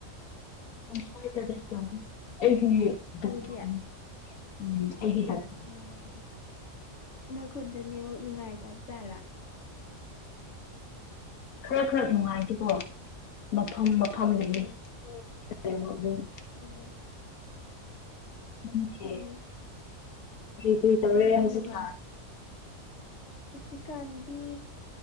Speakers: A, on the left (about 85°); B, on the left (about 55°).
A: ꯋꯥꯏꯐꯥꯏ ꯀꯟꯅꯦꯛ ꯇꯧꯗꯦ ꯑꯩꯒꯤ ꯗꯗꯥꯅꯦ
B: ꯇꯧꯗꯦ
A: ꯎꯝ ꯑꯩꯒꯤ ꯗꯗꯥ
B: ꯎꯝ ꯅꯣꯏ ꯈꯨꯟꯗ ꯅꯦꯠꯋꯥꯛ ꯅꯨꯡꯉꯥꯏꯇꯕ ꯖꯥꯠꯂꯥ
A: ꯈꯔ ꯈꯔ ꯅꯨꯡꯉꯥꯏꯇꯦꯀꯣ ꯃꯐꯝ ꯃꯐꯝꯗꯒꯤ
B: ꯎꯝ
A: <unintelligible>
B: ꯎꯝ
A: <unintelligible>
B: ꯎꯝ
A: ꯀꯔꯤ ꯀꯔꯤ ꯇꯧꯔꯦ
B: ꯑꯩꯗꯤ
A: ꯍꯧꯖꯤꯛꯀꯥꯟ
B: ꯅꯨꯡꯉꯥꯏ ꯍꯧꯖꯤꯛꯀꯥꯟꯗꯤ